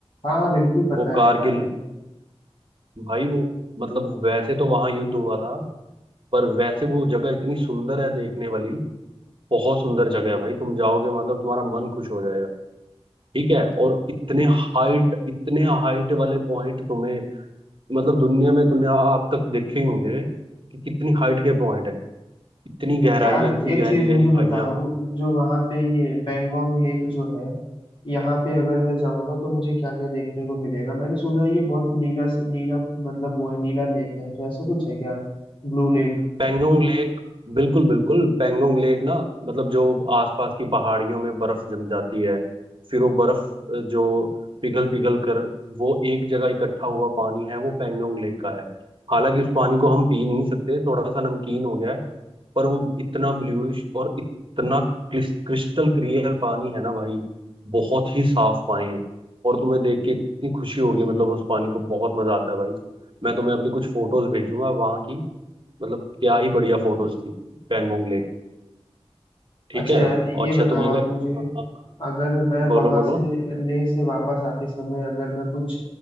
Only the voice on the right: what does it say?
वो कारगिल
भाई वो मतलब वैसे तो वहां युद्ध हुआ था पर वैसे वो जगह इतनी सुंदर है देखने वाली बहुत सुंदर जगह है भाई तुम जाओगे मतलब तुम्हारा मन खुश हो जाएगा ठीक है और इतने हाइट इतने हाइट वाले पॉइंट तुम्हें मतलब दुनिया में तुमने आ- आप तक देखे ही होंगे कि कितनी हाइट के पॉइंट है इतनी गहराई
है इतनी
गहरी
गहरी खाइयां
पेंगोंग लेक बिल्कुल बिल्कुल पेंगोंग लेक ना मतलब जो आसपास की पहाड़ियों में बर्फ जम जाती है फिर वो बर्फ अ, जो पिघल पिघल कर वो एक जगह इकट्ठा हुआ पानी है वो पेंगोंग लेक का है हालांकि उस पानी को हम पी नहीं सकते थोड़ा सा नमकीन हो गया है पर वो इतना ब्लूइश और इतना क्रिस्टल क्लियर पानी है ना भाई बहुत ही साफ पानी है और तुम्हें देख के इतनी खुशी होगी मतलब उस पानी को बहुत मजा आता है भाई मैं तुम्हें अपनी कुछ फोटोज भेजूंगा वहां की मतलब क्या ही बढ़िया फोटोज थी पैंगोंग लेक ठीक
है
अच्छा
तुम
अगर
अ- अ-
बोलो
बोलो